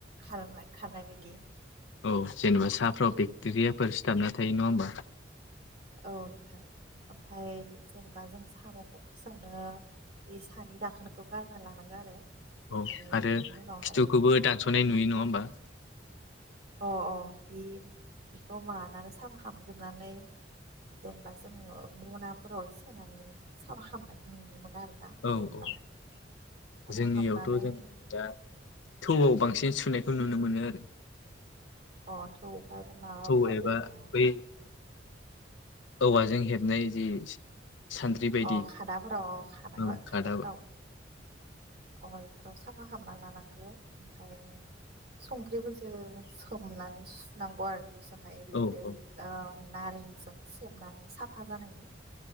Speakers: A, on the right (about 60°); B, on the left (about 80°).
A: खारना-खारनाय बायदि
B: औ जेनेबा साहफ्राव बेक्टेरियाफोर सिथाबना थायो नङा होमबा
A: औ नोंथां ओमफ्राय जेनेबा जों साम'खौ फार्स्टआवनो बे सानि दाखोनखौ गारना लानांगौ आरो ओमफाय
B: औ आरो
A: इनि
B: खिथुखौबो
A: उनावहाय
B: दानस'नाय नुयो नङा होमबा
A: अ अ बि बिखौ मानानै साम'ख <unintelligible> जोबनानै जेनेबा जोङो मनाफोराव सोनानै साफा खालामामनायखौ नुनो मोन आरोना
B: औ
A: जेनेबा
B: औ
A: साफा खालामामनानै
B: जोंनियावथ' जों दा थौआव बांसिन सुनायखौ नुनो मोनो आरो
A: अ थौ बा माबाफ्राव
B: थौ एबा
A: जेनबा
B: बै औवाजों हेबनाय जि सान्द्रि बायदि
A: अ खादाफोराव खादा
B: ओं खादा
A: खादाफोराव
B: औ
A: अ इफोराव साफा खामना लानांगो ओमफ्राय संख्रिफोरजों सोमनानै सुनांगौ आरो सोमानाय
B: औ
A: ओ नारेंजों सेबनानै साफा जानायनि